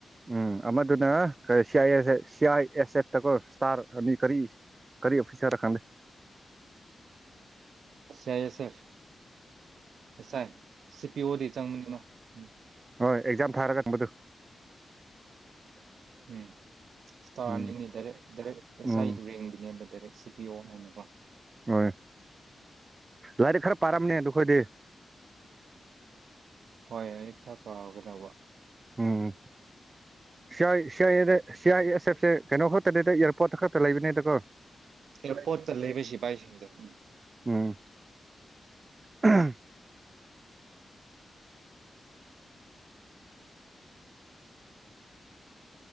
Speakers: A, on the right; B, on the right.
A: ꯎꯝ ꯑꯃꯗꯨꯅ ꯁꯤꯥꯏ ꯑꯦꯁ ꯑꯦ C I S F ꯗꯀꯣ star ꯑꯅꯤ ꯀꯔꯤ ꯀꯔꯤ ꯑꯣꯐꯤꯁꯥꯔꯔ ꯈꯪꯗꯦ
B: ꯁꯤ ꯑꯥꯢ ꯑꯦꯁ ꯑꯦꯐ ꯑꯦꯁꯑꯥꯢ ꯁꯤ ꯄꯤ ꯑꯣꯗꯤ ꯆꯪꯅꯤꯡꯒꯅꯣ ꯎꯝ
A: ꯍꯣꯏ ꯑꯦꯛꯖꯥꯝ ꯊꯥꯔꯒ ꯒꯨꯞꯕꯗꯨ
B: ꯎꯝ ꯏꯁꯇꯥꯔꯑꯥꯅꯤꯅꯤ
A: ꯎꯝ
B: ꯗꯥꯏꯔꯦꯛ ꯗꯥꯏꯔꯦꯛ ꯑꯦꯁ
A: ꯎꯝ
B: ꯑꯥꯏꯗꯨ ꯔꯦꯡꯒꯤꯅꯦꯕ ꯗꯥꯏꯔꯦꯛ ꯁꯤ ꯄꯤ ꯑꯣ ꯍꯥꯏꯅꯀꯣ
A: ꯍꯣꯏ ꯂꯥꯏꯔꯤꯛ ꯈꯔ ꯄꯥꯔꯝꯅꯦ ꯑꯗꯨꯈꯣꯏꯗꯤ
B: ꯍꯣꯏ ꯑꯩ ꯈꯔ ꯄꯥꯒꯗꯧꯕ
A: ꯎꯝ C I C I A the C I ꯑꯦꯁ ꯑꯦꯐꯁꯦ ꯀꯩꯅꯣ ꯈꯣꯠꯇꯅꯤꯗ ꯄꯣꯠꯇ ꯈꯛꯇ ꯂꯩꯕꯅꯤꯗꯀꯣ
B: ꯑꯥꯌꯔ ꯄꯣꯠꯇ ꯂꯩꯕ ꯁꯤꯐꯥꯏꯁꯤꯡꯗꯣ ꯎꯝ
A: ꯎꯝ ꯑꯍꯝ